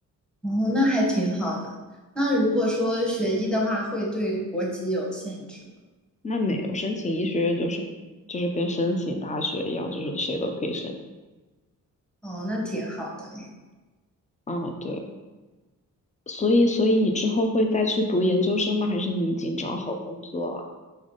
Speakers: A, in the centre; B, on the left.
A: 哦，那还挺好的。那如果说学医的话，会对国籍有限制吗？
B: 那没有申请医学院就是就是跟申请大学一样，就是谁都可以申
A: 哦，那挺好的诶
B: 啊，对，所以所以你之后会再去读研究生吗？还是你已经找好工作了